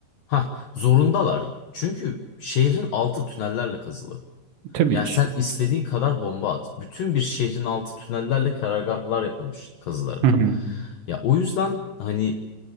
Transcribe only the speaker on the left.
ha zorundalar. Çünkü şehrin altı tünellerle kazılı.
Yani
sen istediğin kadar bomba at. Bütün bir şehrin altı tünellerle karargahlar yapılmış kazılarak.
Ya o yüzden hani